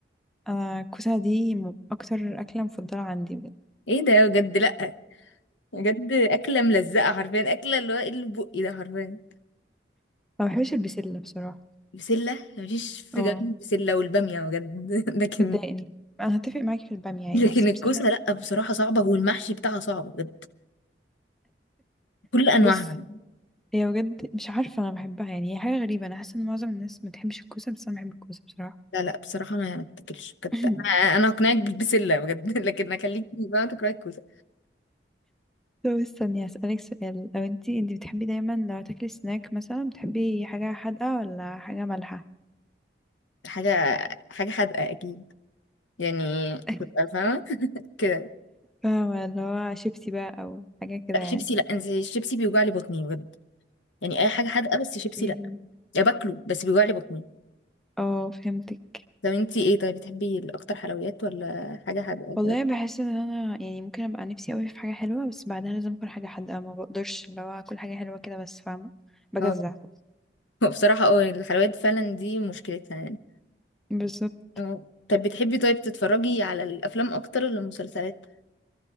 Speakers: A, in the centre; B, on the left (about 85°).
A: انا الكوسه دي م- اكتر اكله مفضله عندي بجد
B: ايه ده بجد لأ بجد أكلة ملزقة حرفيا أكلة اللي هو ايه اللي في بقي ده حرفيا
A: ما بحبش البسله بصراحه
B: بسلة مفيش في
A: اه
B: جنب بسلة والبامية بجد <laughs> لكن
A: بتضايقني انا هتفق معاكي في البامية
B: لكن
A: عادي بس
B: الكوسة
A: بس انا
B: لأ بصراحة صعبة والمحشي بتاعها صعب بجد كل أنواعها
A: بصي هي بجد مش عارفة انا بحبها يعني هي حاجة غريبة انا حاسة ان معظم الناس ما بتحبش الكوسة بس انا بحب الكوسة بصراحة
B: لا لا بصراحة أنا ما بتاكلش بجد
A: <laughs>
B: أنا أنا هقنعك بالبسلة بجد <laughs> لكن أخليكي بقى تاكلي الكوسة
A: طب استني هسألك سؤال لو انتي انتي بتحبي دايما لو هتاكلي سناك مثلا بتحبي حاجة حادقة ولا حاجة مالحة
B: حاجة حاجة حادقة أكيد يعني
A: <laughs>
B: كنت فاهمة كده
A: فاهمة اللي هو شيبسي بقى او حاجة كده
B: لا
A: يعني
B: شيبسي لا أنت الشيبسي بيوجع لي بطني بجد يعني أي حاجة حادقة بس شيبسي
A: اوكي
B: لا يا باكله بس بيوجع لي بطني
A: اه فهمتك
B: طب أنت إيه طيب بتحبي الأكتر حلويات ولا حاجة حادقة
A: والله
B: كده
A: بحس ان انا يعني ممكن ابقى نفسي قوي في حاجة حلوة بس بعدها لازم اكل حاجة حادقة ما بقدرش اللي هو اكل حاجة حلوة كده بس فاهمة بجزع
B: اه <laughs> بصراحة اه الحلويات فعلا دي مشكلتها يعني
A: بالظبط
B: اه طب بتحبي طيب تتفرجي على الأفلام أكتر ولا المسلسلات؟